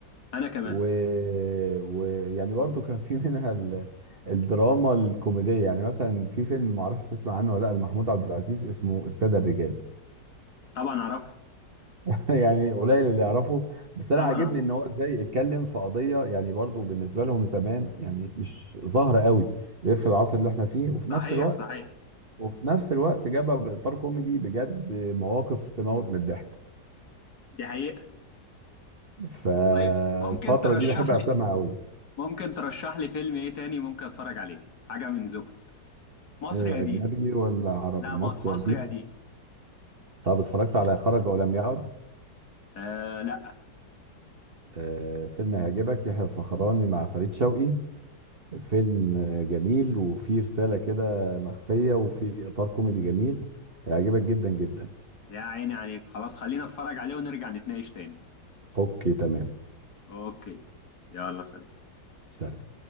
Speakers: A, on the left; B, on the right.
A: انا كمان
B: ويعني و... ويعني برضو كان في منها ال... الدراما الكوميدية يعني مثلا في فيلم معرفش تسمع عنه ولا لأ لمحمود عبد العزيز اسمه السادة الرجال
A: طبعا اعرفه
B: <laughs> يعني قليل اللي يعرفه بس انا
A: طبعا
B: عاجبني
A: اعرفه
B: ان هو ازاي اتكلم في قضيه يعني برضو بالنسبه لهم زمان يعني مش ظاهره قوي غير في العصر اللي احنا فيه وفي نفس
A: صحيح
B: الوقت
A: صحيح
B: وفي نفس الوقت جابها باطار كوميدي بجد مواقف تموت من الضحك
A: دي حقيقه
B: فالفتره
A: طيب ممكن ترشح
B: دي بحب افلامها
A: لي
B: قوي
A: ممكن ترشح لي فيلم ايه تاني ممكن اتفرج عليه حاجه من ذوقك مصري
B: إيه،
A: قديم
B: اجنبي ولا عربي
A: لا م-
B: مصري
A: مصري
B: قديم
A: قديم
B: طب اتفرجت على خرج ولم يعد
A: آه لا
B: آه، فيلم هيعجبك يحيى الفخراني مع فريد شوقي فيلم جميل وفيه رسالة كده مخفية وفيه إطار كوميدي جميل هيعجبك جدا جدا
A: يا عيني عليك خلاص خلينا اتفرج عليه ونرجع نتناقش تاني
B: أوكي تمام
A: اوكي يلا سلام
B: سلام